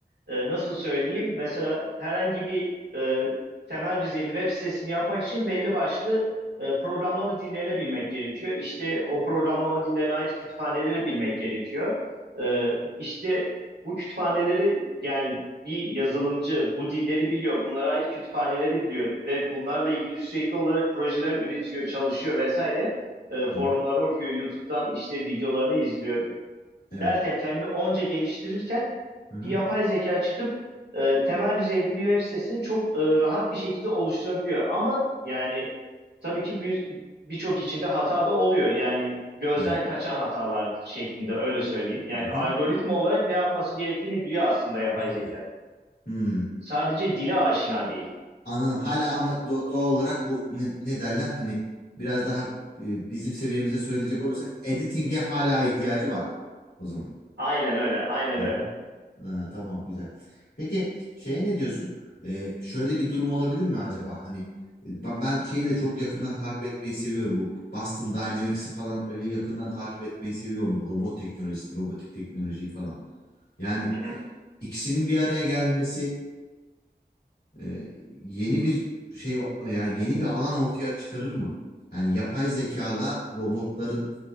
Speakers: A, on the right (about 80°); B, on the left (about 70°).
A: e, nasıl söyleyeyim mesela herhangi bir e, temel düzeyde web sitesini yapmak için belli başlı e, programlama dillerini bilmek gerekiyor. İşte o programlama dillerine ait kütüphaneleri bilmek gerekiyor. E, işte bu kütüphaneleri yani bir yazılımcı bu dilleri biliyor, bunlara ait kütüphaneleri biliyor ve bunlarla ilgili sürekli olarak projeler üretiyor, çalışıyor vesaire e, forumları
B: Hı hı.
A: okuyor, YouTube'dan işte videolarını izliyor,
B: Evet.
A: derken kendini onca geliştirirken
B: Hı hı.
A: bir yapay zeka çıkıp e, temel düzeyde bir web sitesini çok e, rahat bir şekilde oluşturabiliyor. Ama yani tabii ki bir birçok içinde hata da oluyor. Yani gözden
B: Evet.
A: kaçan hatalar şeklinde öyle söyleyeyim. Yani
B: Hı
A: algoritma
B: hı.
A: olarak ne yapması gerektiğini biliyor aslında yapay
B: Biliyorum.
A: zeka.
B: Hmm.
A: Sadece dile aşina değil.
B: Anladım. Hala ama do- doğal olarak bu ne, ne derler? Hani biraz daha e, bizim seviyemizde söyleyecek olursak editing'e hala ihtiyacı var o zaman.
A: Aynen öyle, aynen
B: Hı
A: öyle.
B: hı. Ha, tamam güzel. Peki şeye ne diyorsun? Ee, şöyle bir durum olabilir mi acaba? Hani e, ben, ben şeyi de çok yakından takip etmeyi seviyorum. Bu Boston Dynamics'i falan böyle yakından takip etmeyi seviyorum. Bu robot teknolojisini, robotik teknolojiyi falan. Yani
A: <laughs>
B: ikisinin bir araya gelmesi e, yeni bir şey yani yeni bir alan ortaya çıkarır mı? Yani yapay zekala robotların